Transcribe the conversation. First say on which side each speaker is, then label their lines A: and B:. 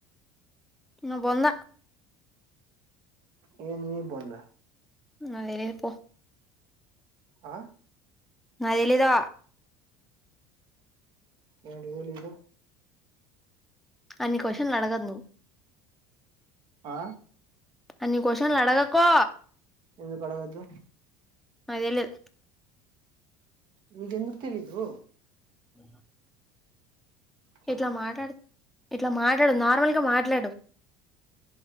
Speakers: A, in the centre; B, on the right.
A: నా బొంద
B: నేను నీ బొంద
A: నాకు తెలిదు పో
B: ఆ
A: నాకు తెలీదు
B: ఏంటి తేలీదు
A: అన్ని క్వశ్చన్లు అడగదు
B: ఆ
A: అన్ని కోషన్లు అడగకు
B: ఎందుకు అడగదు
A: నాకు తెలీదు
B: నీకు ఎందుకు తెలీదు
A: ఉ
B: చెప్పు
A: ఇట్ల మాట్లాడు ఇట్లా మాట్లాడకు నార్మల్ గా మాట్లాడు